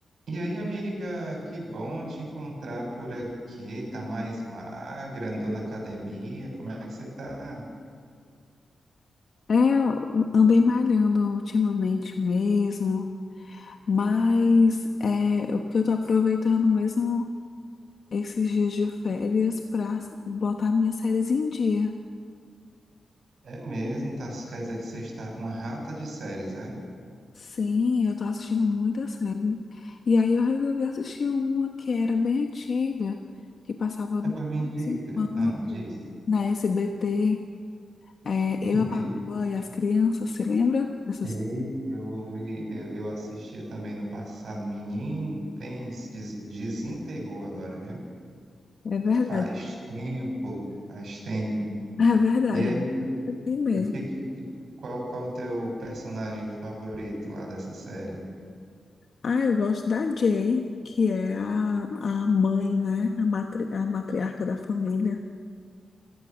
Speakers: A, on the right (about 65°); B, on the left (about 55°).
A: E aí, amiga, que bom te encontrar por aqui. Tá mais magra, andou na academia. Como é que você tá?
B: É, eu andei malhando ultimamente mesmo, mas é o que eu tô aproveitando mesmo esses dias de férias pra botar minhas séries em dia.
A: É mesmo, tá? Quer dizer que você está uma rata de séries, é?
B: Sim, eu tô assistindo muita série. E aí eu resolvi assistir uma que era bem antiga, que passava no
A: É, pois me indica.
B: Enquanto,
A: Ah, diz.
B: na SBT. É, Eu,
A: Vi.
B: a Patroa e as Crianças, você lembra? dessas?
A: Eita, eu ouvi, eu, eu assistia também no passado. Menino, pense, des- desenterrou agora, viu?
B: É verdade,
A: Faz tempo, faz tempo.
B: <laughs> é verdade.
A: E aí,
B: Aqui mesmo.
A: o que, que, que- qual, qual o teu personagem favorito lá dessa série?
B: Ah, eu gosto da Jay, que é a, a mãe, né? A, matri, a matriarca da família.